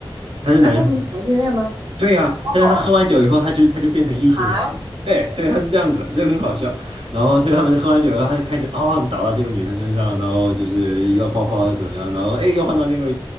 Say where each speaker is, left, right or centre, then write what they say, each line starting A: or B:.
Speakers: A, on the right; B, on the right.
A: 他是男生。
B: 那她不是同性恋吗？
A: 对呀、
B: 哦，
A: 但是他喝完酒以后，他就他就变成异性恋。
B: 啊
A: 对对，他是这样子的，所以很好笑。然后，所以他们喝完酒以后，他就开始哦倒到这个女生身上，然后就是要抱抱要怎么样，然后哎又换到那个，